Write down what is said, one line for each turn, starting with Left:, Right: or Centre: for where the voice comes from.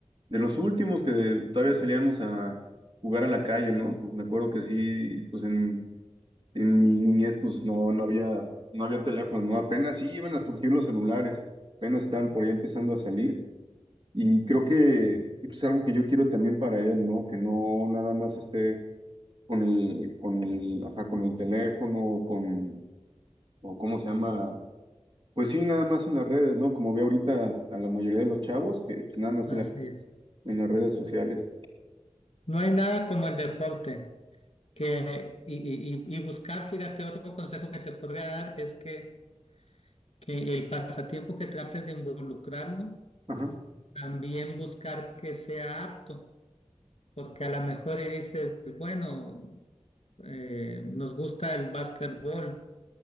Right: de los últimos que todavía salíamos a jugar a la calle, ¿no? Pues me acuerdo que sí, pues en, en mi niñez pues no, no había, no había teléfono, ¿no? Apenas sí iban a surgir los celulares, apenas están por ahí empezando a salir. Y creo que pues, es algo que yo quiero también para él, ¿no? Que no nada más esté con el, con el, ajá, con el teléfono, con, o cómo se llama, pues sí, nada más en las redes, ¿no? Como veo ahorita a la mayoría de los chavos, que pues, nada más
Left: Así
Right: en, la-
Left: es.
Right: en las redes sociales.
Left: No hay nada como el deporte. Que, y, y- y- y buscar, fíjate, otro consejo que te podría dar es que, que el pasatiempo que trates de involucrarlo,
Right: Ajá,
Left: también buscar que sea apto, porque a lo mejor y dices, bueno, eh, nos gusta el básquetbol,